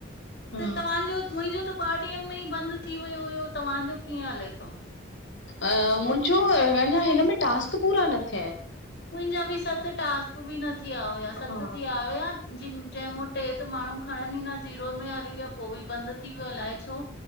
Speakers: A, on the left; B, on the left.
A: हा
B: त तव्हांजो मुंहिंजो त ॿ ॾीहनि में ई बंदि थी वियो हुयो, तव्हांजो कीअं हले थो?
A: अ मुंहिंजो अञा हिन में टास्क पूरा न थिया आहिनि।
B: मुंहिंजा बि सत टास्क बि न थीया हुया, सत
A: हा
B: थी आया हुया। जंहिंमो टे त माण्हू खणनि ई न, जीरो में हली विया पोइ बि बंदि थी वियो अलाए छो?